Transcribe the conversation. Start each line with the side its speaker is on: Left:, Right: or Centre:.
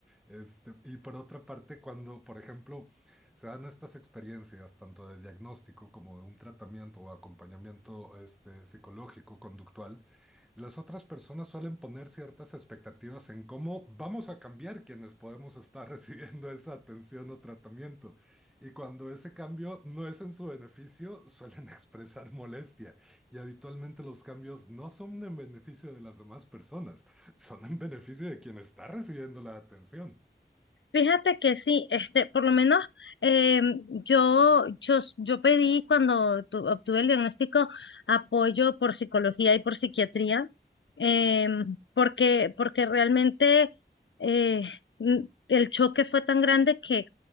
Centre: Este, y por otra parte, cuando, por ejemplo, se dan estas experiencias, tanto de diagnóstico como de un tratamiento o acompañamiento este, psicológico, conductual, las otras personas suelen poner ciertas expectativas en cómo vamos a cambiar quienes podemos estar <laughs> recibiendo esa atención o tratamiento. Y cuando ese cambio no es en su beneficio, suelen <laughs> expresar molestia. Y habitualmente los cambios no son en beneficio de las demás personas son en beneficio de quien está recibiendo la atención.
Left: Fíjate que sí, este, por lo menos em, yo, yo, s- yo pedí cuando tu- obtuve el diagnóstico apoyo por psicología y por psiquiatría, em, porque, porque realmente eh, n- el choque fue tan grande que,